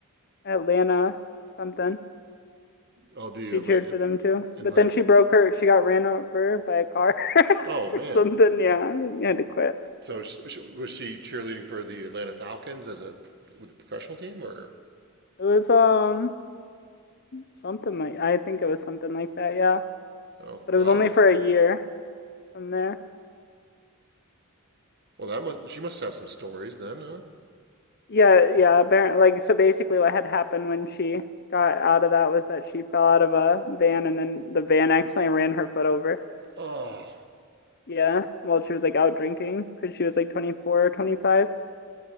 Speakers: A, on the left; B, on the right.
A: Atlanta something,
B: Oh, the
A: she
B: Atla-
A: cheered for them too.
B: Atlanta.
A: But then she broke her she got ran over by a car <laughs> or
B: Oh man.
A: something, yeah. And had to quit.
B: So sh- sh- was she cheerleading for the Atlanta Falcons as a with a professional team or?
A: It was um something like I think it was something like that, yeah.
B: Oh
A: But
B: wow.
A: it was only for a year from there.
B: Well, that must she must have some stories then, huh?
A: Yeah, yeah, apparently like so basically what had happened when she got out of that was that she fell out of a van and then the van accidentally ran her foot over.
B: Oh
A: Yeah, well, she was like out drinking because she was like 24 or 25.